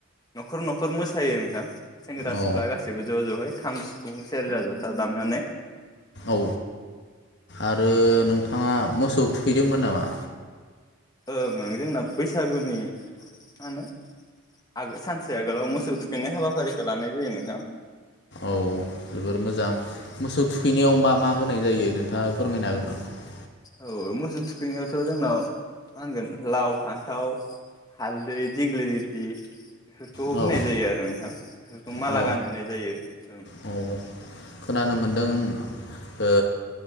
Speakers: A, on the left (about 15°); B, on the left (about 50°).
A: न'खर न'खर मोसायो नोंथां सेंग्रा
B: औ
A: सिख्ला गासैबो ज' ज'यै खाम सिफुं सेरजा जथा दामनानै।
B: औ आरो नोंथाङा मोसौ खौ थुखैदोंमोन नामा?
A: ओं ओं जोंना बैसागुनि मा होनो आगो सानसे आगोलाव मोसौ थुखैनाय हाबाफारिखौ लानाय जायो नोंथां।
B: औ जोबोर मोजां मोसौ थुखैनायाव मा मा होनाय जायो नोंथाङा फोरमायनो हागोन नामा?
A: औ मोसौ थुखैनायावथ जोंनाव मा होनगोन लाव फान्थाव हालदै दिग्लि गुथि बेफोरखौ
B: औ
A: होनाय जायो आरो नोंथां इफोरखौ माला
B: औ
A: गानहोनाय जायो ओं।
B: औ खोनानो मोनदों ओ